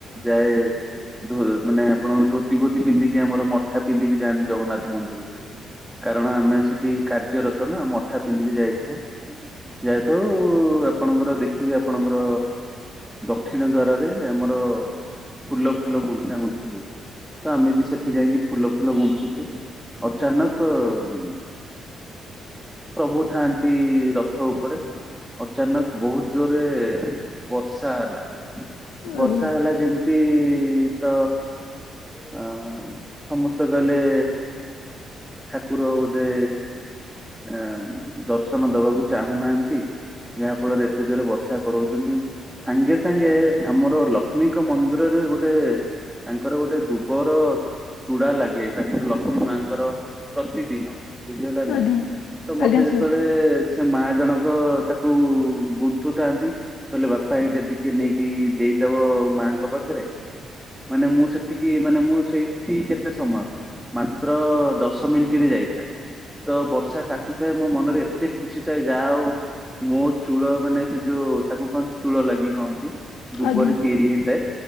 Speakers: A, in the centre; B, on the left.
A: ଯାଏ ଧୋ ମାନେ ଆପଣ ଧୋତି ଫୋତି ପିନ୍ଧିକି ଆମର ମଠା ପିନ୍ଧିକି ଯାଆନ୍ତି ଜଗନ୍ନାଥଙ୍କ ମନ୍ଦିର ଭିତ କାରଣ ଆମେ ସେଠି କାର୍ଯ୍ୟରତନା ମଠା ପିନ୍ଧିକି ଯାଇଥାଉ ଯାଇଥାଉ ଆପଣଙ୍କର ଦେଖିବି ଆପଣଙ୍କର ଦକ୍ଷିଣ ଦ୍ଵାରରେ ଆମର ଫୁଲ ଫୁଲ ଗୁଣ୍ଥା ଗୁଣ୍ଥି ହୁଏ ତ ଆମେବି ସେଠି ଯାଇକି ଫୁଲ ଫୁଲ ବୁଞ୍ଚୁଛୁ ଅଚନାକ୍ ଉ-ଉ ପ୍ରଭୁ ଥାଆନ୍ତି ରଥ ଉପରେ ଅଚାନକ ବହୁତ୍ ଜୋରେ ବର୍ଷା ହେଲା ବର୍ଷା
B: ଆଜ୍ଞା
A: ହେଲା ଯେମି ତି ତ ଅଁ ସମସ୍ତେ କହିଲେ ଠାକୁର ବୋଧେ ଏ ଦର୍ଶନ ଦବାକୁ ଚାହୁଁନାହାନ୍ତି ଯାହା ଫଳରେ ଏତେ ଜୋରେ ବର୍ଷା କରଉଚନ୍ତି ସାଙ୍ଗେ ସାଙ୍ଗେ ଆମର ଲକ୍ଷ୍ମୀଙ୍କ ମନ୍ଦିର ରେ ଗୋଟେ ତାଙ୍କର ଗୋଟେ ଦୁବର ଚୁଡ଼ା ଲାଗେ ତାଙ୍କର ଲକ୍ଷ୍ମୀ ମାଙ୍କର ପ୍ରତିଦିନ ବୁଝିହେଲାକି
B: ଆଜ୍ଞା
A: ନାଇଁ ତମତେ
B: ଆଜ୍ଞା
A: ଯେତେବେଳେ
B: ସାର୍
A: ସେ ମା ଜଣଙ୍କ ତାକୁ ଗୁନ୍ଥୁଥାଆନ୍ତି କହଲେ ବାପା ଏଇଟା ଟିକେ ନେଇକି ଦେଇଦବ ମାଆଙ୍କ ପାଖରେ ମାନେ ମୁଁ ସେତିକି ମାନେ ମୁଁ ସେଇଠି କେତେ ସମୟ ମାତ୍ର ଦଶ ମିନିଟରେ ଯାଇଥାଏ ତ ବର୍ଷା କାଚୁଥାଏ ମୋ ମନରେ ଏତେ ଖୁସି ଥାଏ ଯାହାହଉ ମୋ ଚୂଳ ମାନେ ସେଯୋଉ ତାକୁ କୁହନ୍ତି ଚୂଳ ଲାଗି କହନ୍ତି ଦୁବରେ
B: ଆଜ୍ଞା
A: ତିଆରି ହେଇଥାଏ